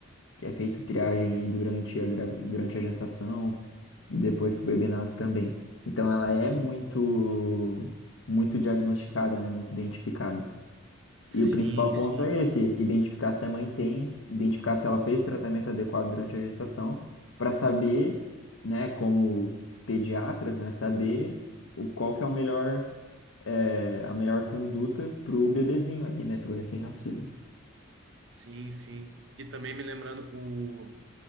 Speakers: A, on the left; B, on the right.
A: Que é feito triagem aí durante a gravi... durante a gestação e depois que o bebê nasce também. Então ela é muito muito diagnosticada, né? Muito identificada.
B: Sim,
A: E o principal ponto
B: sim,
A: é esse, identificar se a mãe tem, identificar se ela fez o tratamento adequado durante a gestação, para saber, né, como pediatras, né, saber o qual que é o melhor é, a melhor conduta pro bebezinho ali, né? Pro recém-nascido.
B: sim, sim. E também me lembrando o